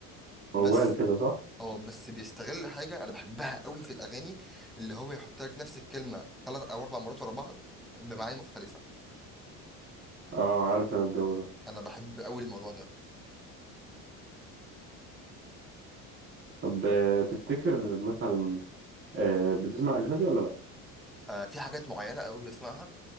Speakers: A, on the right (about 30°); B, in the centre.
A: موال
B: بس
A: كده صح
B: اه بس بيستغل حاجه انا بحبها قوي في الاغاني اللي هو يحط لك نفس الكلمه ثلاث او اربع مرات ورا بعض بمعاني مختلفه
A: اه عارف انا الجو ده
B: انا بحب قوي الموضوع ده
A: طب آه، تفتكر مثلا آه، بتسمع اجنبي ولا لا
B: آه، في حاجات معينه قوي بسمعها